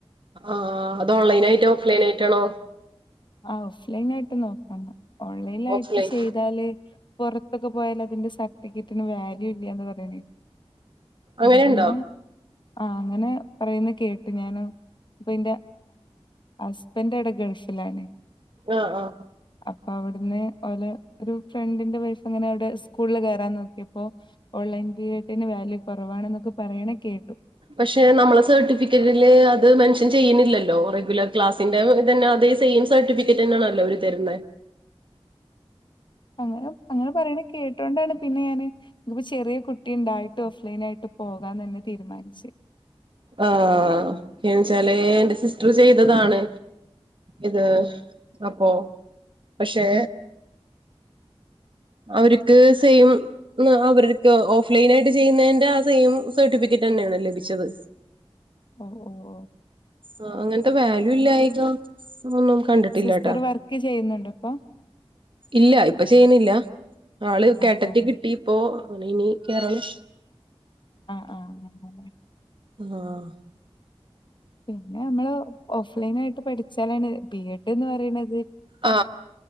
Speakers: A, on the right; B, on the left.
A: ആഹ് അത് ഓൺലൈൻ ആായിട്ടോ ഓഫ്‌ലൈൻ ആയിട്ടാണോ
B: ആ ഓഫ്ലൈൻ ആയിട്ട് നോക്കണം. ഓൺലൈലായിട്ട്
A: ഓഫ്ലൈൻ
B: ചെയ്താല് പുറത്തൊക്കെ പോയാൽ അതിന്റെ സർട്ടിഫിക്കറ്റിന് വാല്യൂ ഇല്ലന്ന് പറയണ
A: അങ്ങനെയുണ്ടോ
B: അപ്പൊ പിന്നെ ആ അങ്ങനെ പറയുന്നത് കേട്ടു ഞാന് ഇപ്പ എന്റെ ഹസ്ബൻഡടെ ഗൾഫിലാണ്
A: ആഹ് ആഹ്
B: അപ്പൊ അവിടുന്ന് ഓല ഒരു ഫ്രണ്ടിന്റെ വൈഫ് അങ്ങനെ അവിടെ സ്കൂളിൽ കേയറാൻ നോക്കിയപ്പോ ഓൺലൈൻ പീരിയഡിന് വാല്യൂ കുറവാണെന്നൊക്കെ പറയണ കേട്ടു
A: പക്ഷെ നമ്മളെ സർട്ടിഫിക്കറ്റില് അത് മെൻഷൻ ചെയ്യുന്നില്ലല്ലോ റെഗുലർ ക്ലാസിന്റെ ഇതന്നെ അതേ സെയിം സർട്ടിഫിക്കറ്റ് തന്നാണല്ലോ അവര് തരുന്നത്
B: അങ്ങനെ അങ്ങനെ പറയണ കേട്ടോണ്ടാണ് പിന്നെ ഞാനിപ്പോ ചെറിയ കുട്ടി ഉണ്ടായിട്ട് ഓഫ്ലൈൻ ആയിട്ട് പോകാന്ന് തന്നെ തീരുമാനിച്ചു
A: ആഹ ച്ചാല് എന്റെ സിസ്റ്റർ ചെയ്തതാണ് ഇത് അപ്പോ പക്ഷെ അവർക്ക് സെയിം അവർക്ക് ഓഫ്ലൈൻ ആയിട്ട് ചെയ്യുന്നതിന്റെ ആ സെയിം സർട്ടിഫിക്കറ്റ് തന്നെയാണ് ലഭിച്ചത്
B: ഓ ഓ ഓ
A: ആ അങ്ങനത്തെ വാല്യൂ ഇല്ലായക എന്ന ഒന്നും കണ്ടിട്ടില്ലട്ടാ
B: സിസ്റ്റർ വർക്ക് ചെയ്യുന്നുണ്ടോ ഇപ്പൊ
A: ഇല്ല ഇപ്പൊ ചെയ്യുന്നില്ല ആള് കേട്ടറ്റ
B: ആഹ് ആഹ്
A: കിട്ടി ഇപ്പോൊ അന ഇനി കേയറണം
B: ആഹ ആഹ ആ
A: ആഹ്
B: പിന്നെ നമ്മള് ഓഫ് ലൈൻ ആയിട്ട് പഠിച്ചാലാണ് ബി എഡ് എന്ന് പറയണുന്നത്
A: ആ